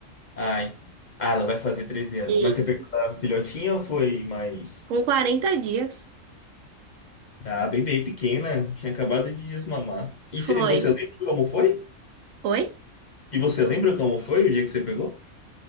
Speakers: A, on the left; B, on the right.
A: Ai. Ah, ela vai fazer 13 anos.
B: E
A: Mas você pegou a filhotinha ou foi mais.
B: com 40 dias
A: Ah, bem, bem pequena. Tinha acabado de desmamar. E
B: foi.
A: cê- você lembra como foi?
B: Oi?
A: E você lembra como foi o dia que você pegou?